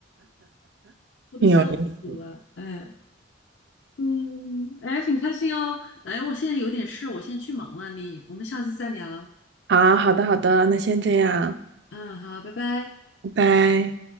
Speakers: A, on the left; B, on the right.
A: <laughs> 我都笑死了。
B: 挺有意思
A: 哎，嗯，哎，很开心哦。哎，我现在有点事，我先去忙了，你，我们下次再聊。
B: 好，好的，好的，那先这样，
A: 嗯，好，拜拜。
B: 拜拜。